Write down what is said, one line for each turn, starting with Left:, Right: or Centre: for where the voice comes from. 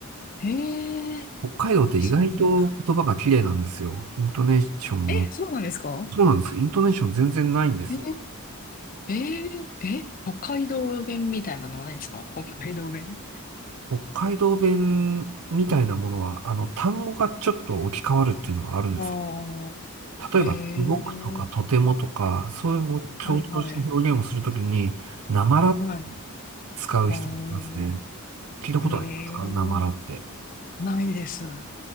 Left: へえ、
Right: 北海道って意外と言葉が綺麗なんですよ。
Left: そうなんだ。
Right: イントネーションも。
Left: え、そうなんですか
Right: そうなんです。イントネーション全然ないんです。
Left: えええええ、北海道弁みたいなのはないんですか北海道弁。
Right: 北海道弁みたいなものは、あの、単語がちょっと置き換わるっていうのはあるんですけど。
Left: ああ、
Right: 例えば、
Left: ええ
Right: すごくとか、とてもとか、そういうのを強調した表現をするときに、
Left: はいはい、
Right: なまら
Left: はい。
Right: 使う人もいますね。
Left: ああ、
Right: 聞いたことありますかなまらって。
Left: ええないです。あ